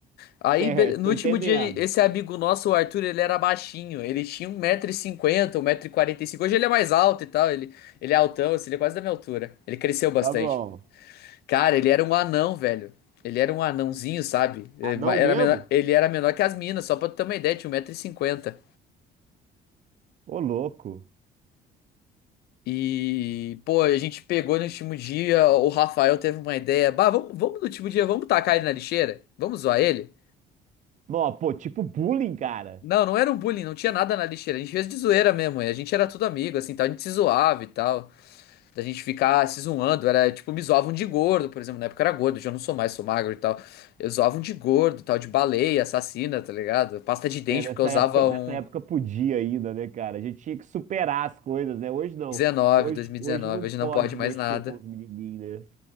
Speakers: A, on the left (about 70°); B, on the right (about 45°).
A: Aí,
B: Certo,
A: be- no
B: tô
A: último
B: entendendo.
A: dia, esse amigo nosso, o Arthur, ele era baixinho. Ele tinha um um metro metro e cinquenta um metro e quarenta e cinco Hoje ele é mais alto e tal. Ele, ele é altão, assim, ele é quase da minha altura. Ele cresceu bastante.
B: Tá bom.
A: Cara, ele era um anão, velho. Ele era um anãozinho, sabe? É,
B: Ah,
A: ma-
B: não
A: Era
B: mesmo?
A: menor- ele era menor que as minas, só pra tu ter uma ideia, tinha 1,50m. E, cinquenta.
B: Ô, louco.
A: E, pô, a gente pegou no último dia, o Rafael teve uma ideia. Bah, vamos, vamos no último dia, vamos tacar ele na lixeira? Vamos zoar ele?
B: Não, pô, tipo bullying, cara.
A: Não, não era um bullying, não tinha nada na lixeira. A gente fez de zoeira mesmo, e a gente era tudo amigo, assim, tal, a gente se zoava e tal. Da gente ficar se zoando, era tipo, me zoavam de gordo, por exemplo, na época eu era gordo, já não sou mais, sou magro e tal. Eu zoavam de gordo, tal, de baleia, assassina, tá ligado? Pasta de dente,
B: É, nessa
A: porque eu usava
B: época, nessa
A: um
B: época podia ainda, né, cara? A gente tinha que superar as coisas, né? Hoje não.
A: 2019,
B: Hoje,
A: 2019,
B: hoje não
A: hoje
B: pode
A: não pode mais
B: mexer
A: nada.
B: com os menininhos, né?